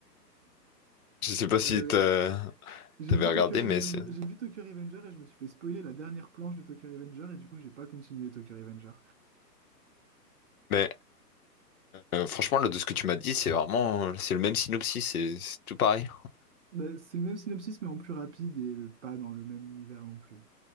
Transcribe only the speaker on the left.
Je sais pas si
t'as-
t'avais
regardé,
mais c'est,
mais euh, franchement, là, de ce que tu m'as dit, c'est vraiment, c'est le même synopsis, c'est c'est tout pareil.